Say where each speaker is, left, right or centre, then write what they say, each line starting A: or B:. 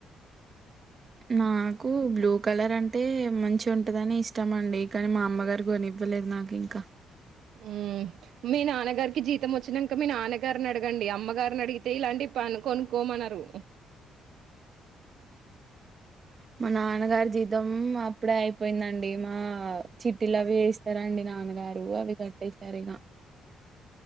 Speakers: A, on the right; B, on the right.
A: నాకు బ్లూ కలర్ అంటే మంచి ఉంటదని ఇస్తామండి కానీ మా అమ్మగారు కొని ఇవ్వలేదు నాకింకా
B: మ్మ్ మీ నాన్నగారికి జీతం వచ్చినంక మీ నాన్నగారిని అడగండి అమ్మగారిని అడిగితే ఇలాంటి పను కొనుకోమని అన్నారు.
A: మా నాన్నగారి జీతం అప్పుడే అయిపోయిందండి. ఏ మా చిట్టీలు అవి ఎస్తారండి నాన్నగారు అవి కట్టేసారు ఇక